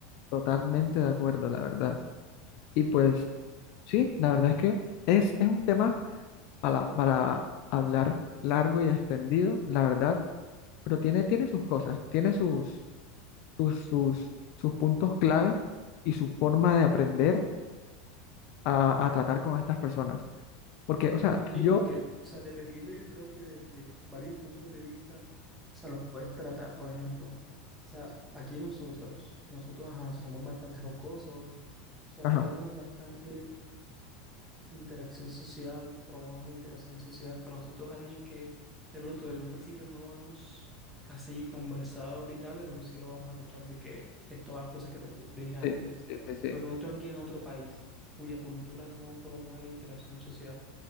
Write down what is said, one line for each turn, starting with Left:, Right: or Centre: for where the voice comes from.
Left: totalmente de acuerdo, la verdad. Y pues sí, la verdad es que es, es un tema para, para hablar largo y extendido, la verdad, pero tiene, tiene sus cosas, tiene sus, sus, sus, sus puntos clave y su forma de aprender a, a tratar con estas personas. Porque, o sea,
Centre: Ni
Left: yo,
Centre: porque, o sea, dependiendo yo creo que desde varios puntos de vista, o sea, los puedes tratar, por ejemplo. O sea, aquí nosotros, que nosotros ajá, somos bastante jocosos, o sea,
Left: ajá.
Centre: tenemos bastante Interacción social, promueve una interacción social. Para nosotros, alguien que de pronto desde un principio no lo vemos así conversador y tal, de pronto sí lo vamos a tachar de que es todas las cosas que te pu- te dije antes.
Left: Sí, sí, sí, sí.
Centre: Pero de pronto alguien en otro país cuya cultura no promueve la interacción social.